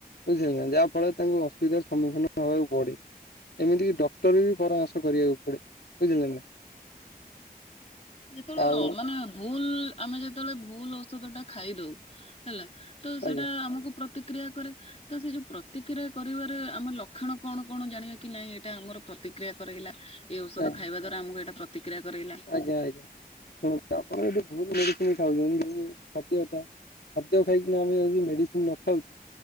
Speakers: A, on the left; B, on the left.
A: ବୁଝିଲେ ନା ଯାହା ଫଳରେ ତାଙ୍କୁ ଅସୁବିଧାର ସମ୍ମୁଖୀନ ହେବାକୁ ପଡେ। ଏମିତି କିି ଡକ୍ଟର ବି ପରାମର୍ଶ କରିବାକୁ ପଡେ ବୁଝିଲେ ନା।
B: ଯେତେବେଳେ
A: ଆଉ
B: ଅ ମାନେ ଭୁଲ ଆମେ ଯେତେବେଳେ ଭୁଲ ଓଷଦଟା ଖାଇ ଦଉ ହେଲା ତ
A: ଆଜ୍ଞା
B: ସେଇଟା ଆମୁକୁ ପ୍ରତିକ୍ରିୟା କରେ। ତ ସେ ଯୋଉ ପ୍ରତିକ୍ରିୟା କରିବାରେ ଆମର ଲକ୍ଷଣ କଣ କଣ ଜାଣିବା କି ନାଇଁ ଏଇଟା ଆମର ପ୍ରତିକ୍ରିୟା କରେଇଲା? ଏ ଓଷଦ
A: ଆଜ୍ଞା
B: ଖାଇବା ଦ୍ୱାରା ଆମକୁ ଏଇଟା ପ୍ରତିକ୍ରିୟା କରେଇଲା।
A: ଆଜ୍ଞା ଆଜ୍ଞା ଶୁଣନ୍ତୁ ଆପଣ ଏଠୁ ଭୁଲ୍ ମେଡିସିନ ଖାଉଛନ୍ତି ଯଦିଓ, ଖାଦ୍ୟଟା ଖାଦ୍ୟ ଖାଇକିନା ଆମେ ଯଦି ମେଡିସିନ ନ ଖାଉଛୁ